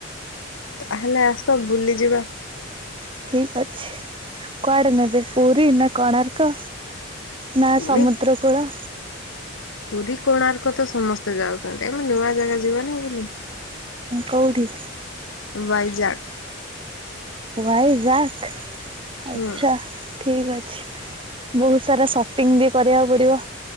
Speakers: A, on the left; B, on the right.
A: ତାହେଲେ ଆସ ବୁଲି ଯିବା।
B: ଠିକ ଅଛି କୁଆଡେ ନେବେ ପୁରୀ ନା କଣାର୍କ? ନା
A: ପୁଣି
B: ସମୁଦ୍ରକୂଳ।
A: ପୁରୀ କୋଣାର୍କ ତ ସମସ୍ତେ ଯାଉଛନ୍ତି ଆମେ ନୂଆ ଜାଗା ଯିବ ନା ବୁଲି।
B: କଉଠି?
A: ବାଇଜାକ।
B: ୱାଇଜାକ୍ ଆଚ୍ଛା
A: ହୁଁ।
B: ଠିକ ଅଛି। ବହୁତ ସାରା ସପିଙ୍ଗ ବି କରିବାକୁ ପଡ଼ିବ